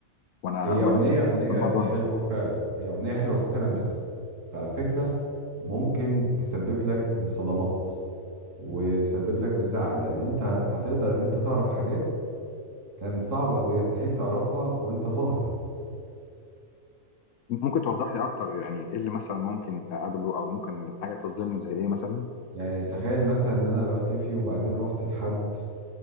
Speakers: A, on the left; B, on the right.
A: وانا
B: هي
A: وانا
B: أغنية
A: في
B: أغنية
A: في الموضوع
B: حلوة
A: ده
B: فعلا هي أغنية حلوة فعلا بس على فكرة ممكن تسبب لك بصدمات وتسبب لك بزعل لأن أنت هتقدر إن أنت تعرف حاجات كان صعب أو يستحيل تعرفها وأنت ظاهر
A: ممكن توضح لي اكتر يعني ايه اللي مثلا ممكن اقابله او ممكن حاجه تصدمني زي ايه مثلا
B: يعني تخيل مثلا إن أنا بختفي وبعدين رحت لحد